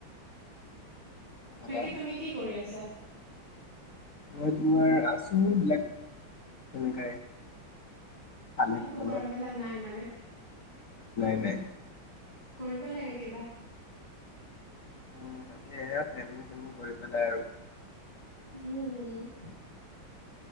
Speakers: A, on the left; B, on the left.
A: ওলাবা।
B: বাকী তুমি কি কৰি আছা? <inaudible>
A: মই তোমাৰ, আছো বিলাক তেনেকাই। ভালে
B: একো
A: কুশলে
B: কৰা মেলা নাই মানে?
A: নে।
B: কৰিব লাগে কিবা।
A: উম তাকে, এয়া প্লেনিং চেনিং কৰি পেলাই আৰু।
B: হম। <inaudible>